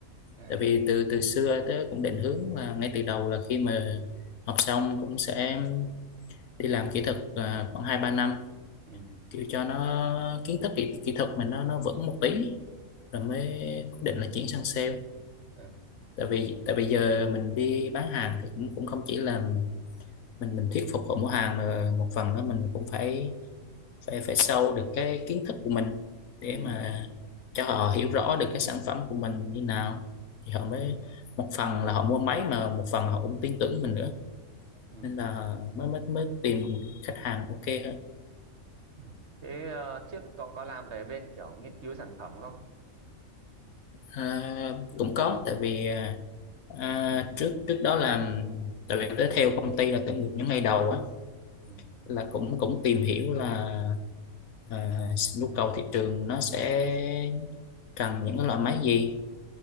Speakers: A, on the right (about 55°); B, on the left (about 80°).
A: à
B: tại vì từ từ xưa tớ cũng định hướng là ngay từ đầu là khi mà học xong cũng sẽ đi làm kỹ thuật à, khoảng hai ba năm
A: ừ
B: kiểu cho nó kiến thức kỹ, kỹ thuật mình nó nó vững một tí rồi mới quyết định là chuyển sang sale
A: à
B: tại vì tại bây giờ mình đi bán hàng thì cũng cũng không chỉ là mình mình thuyết phục họ mua hàng mà một phần đó mình cũng phải phải phải sâu được cái kiến thức của mình để
A: ừ
B: mà cho họ hiểu rõ được cái sản phẩm của mình như nào thì họ mới một phần là họ mua máy mà một phần họ cũng tin tưởng mình nữa
A: ừ,
B: nên là mới mới mới tìm khách hàng ok hơn
A: ừ. thế ờ, trước cậu có làm về bên kiểu nghiên cứu sản phẩm không
B: à, cũng có tại vì à, à, trước trước đó là tại vì tới theo công ty là từ những ngày đầu á
A: ừ
B: là cũng cũng tìm hiểu là à, nhu cầu thị trường nó sẽ cần những cái loại máy gì